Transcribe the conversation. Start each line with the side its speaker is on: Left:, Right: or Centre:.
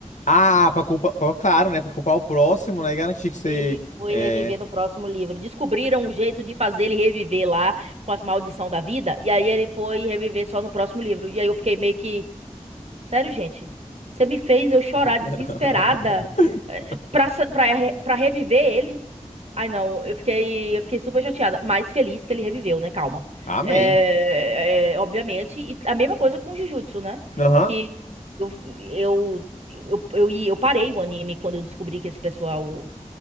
Left: ah pra culpar, pra- claro, né? Pra culpar o próximo, né? E garantir que você.
Right: Ele foi
Left: É.
Right: reviver no próximo livro. Descobriram um jeito de fazer ele reviver lá com as maldição da vida. E aí ele foi reviver só no próximo livro. E aí eu fiquei meio que. Sério, gente? Você me fez eu chorar
Left: <laughs>
Right: desesperada eh, pra, sa- pra, re- pra reviver ele? Ai, não, eu fiquei, eu fiquei super chateada, mas feliz que ele reviveu, né? Calma.
Left: Amém.
Right: É, é, obviamente. E a mesma coisa com o Jujutsu, né?
Left: Aham.
Right: Que eu, eu, eu, eu, eu parei o anime quando eu descobri que esse pessoal